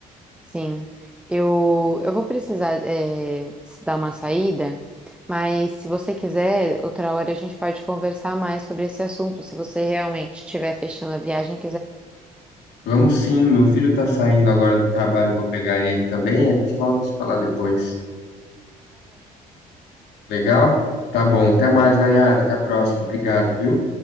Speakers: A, in the centre; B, on the left.
A: Sim, eu, eu vou precisar é, se dar uma saída, mas se você quiser, outra hora a gente pode conversar mais sobre esse assunto, se você realmente estiver fechando a viagem
B: Vamos sim, meu filho tá saindo agora do trabalho, eu vou pegar ele também, a gente volta a se falar depois. Legal? Tá bom, até mais, Nayara, até a próxima. Obrigado, viu?